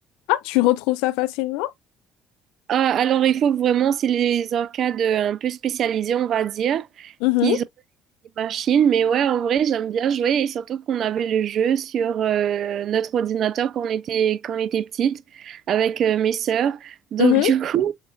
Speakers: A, on the left; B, on the right.
A: Ah, tu retrouves ça facilement?
B: Ah, alors il faut vraiment, c'est les arcades euh, un peu spécialisées, on va dire.
A: Mhm,
B: Ils ont des machines, mais ouais, en vrai, j'aime bien jouer et surtout qu'on avait le jeu sur euh, notre ordinateur quand on était, quand on était petite avec euh, mes sœurs. Donc
A: mhm.
B: du coup,